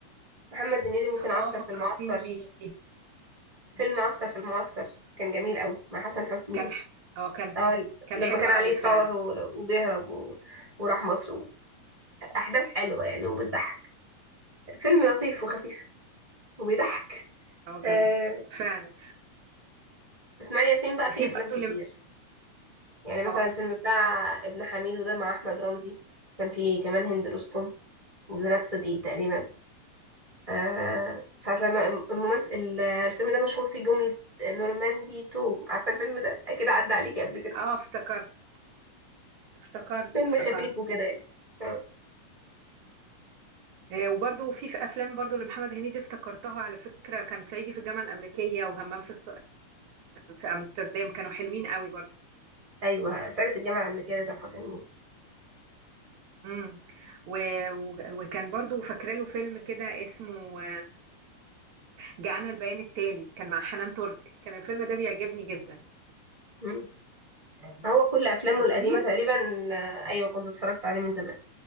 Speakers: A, on the right; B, on the right.
A: محمد هنيدي ممكن عسكر
B: اه فكرتيني
A: في المعسكر
B: بيه
A: فيلم عسكر في المعسكر كان جميل قوي مع حسن حسني
B: كان ح- اه كان
A: اه
B: كان
A: لما
B: حلو
A: كان
B: قوي
A: عليه
B: فعلا
A: طار و... وبيهرب و... وراح مصر احداث حلوه يعني وبتضحك فيلم لطيف وخفيف وبيضحك
B: اه
A: آه،
B: جميل فعلا
A: اسماعيل ياسين بقى
B: وفي
A: فيه افلام
B: برضو
A: كتير
B: لم...
A: يعني مثلا
B: اه
A: الفيلم بتاع ابن حميدو ده مع احمد رمزي كان فيه كمان هند رستم وزينات صدقي تقريبا آه، ساعة لما الممثل الفيلم ده مشهور فيه جملة نورماندي 2 عارفة الفيلم ده اكيد عدى عليكي قبل كده
B: اه افتكرت افتكرت
A: فيلم
B: افتكرت
A: خفيف وكده يعني آه،
B: آه، وبرضو في في افلام برضو لمحمد هنيدي افتكرتها على فكره كان صعيدي في الجامعه الامريكيه وهمام في است... في امستردام كانوا حلوين قوي برضو
A: ايوه صعيدي في الجامعة الأمريكية ده تحفة فنية
B: امم و... و... وكان برضو فاكره له فيلم كده اسمه جاءنا البيان التالي كان مع حنان ترك كان الفيلم ده بيعجبني جدا
A: مم. هو كل افلامه
B: شفتيه
A: القديمة تقريبا آه، ايوه كنت اتفرجت عليه من زمان